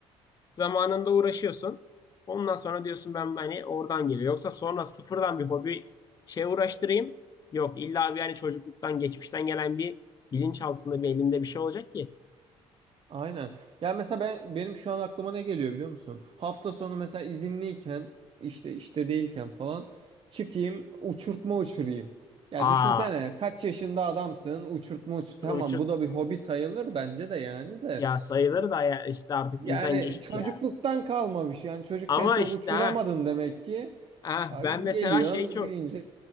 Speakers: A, on the left; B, on the right.
A: zamanında uğraşıyorsun. Ondan sonra diyorsun ben hani oradan geliyor. Yoksa sonra sıfırdan bir hobi şey uğraştırayım. Yok illa bir hani çocukluktan geçmişten gelen bir bilinç altında bir elinde bir şey olacak ki.
B: Aynen. Yani mesela ben benim şu an aklıma ne geliyor biliyor musun? Hafta sonu mesela izinliyken işte işte değilken falan çıkayım uçurtma uçurayım. Ya
A: Aa
B: düşünsene kaç yaşında adamsın uçurtma uçur. tamam
A: Uçuk
B: bu da bir hobi sayılır bence de yani de.
A: ya sayıları da ya işte artık
B: Yani
A: bizden geçti
B: çocukluktan
A: ya.
B: kalma bir şey. Yani çocukken
A: Ama
B: çok
A: işte
B: uçuramadın
A: ha,
B: demek ki.
A: ha
B: Ay,
A: ben
B: Geliyorsun
A: mesela şey çok
B: büyüyünce